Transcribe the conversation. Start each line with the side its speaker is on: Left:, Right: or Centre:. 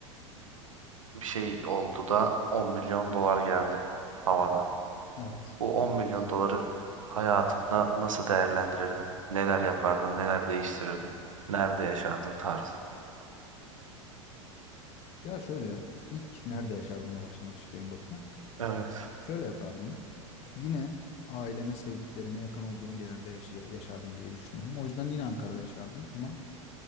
Right: bir şey oldu da 10 milyon dolar geldi havadan.
Left: Evet.
Right: Bu 10 milyon doları hayatında nasıl değerlendirirdin? Neler yapardın? Neler değiştirirdin? Nerede yaşardın tarzı.
Left: Ya şöyle ilk nerede yaşardımla başlamak istiyorum Batu.
Right: Evet.
Left: Şöyle yapardım. Yine aileme, sevdiklerime yakın olduğum bir yerde yaşa- yaşardım diye düşünüyorum. O yüzden yine Ankara'da yaşardım ama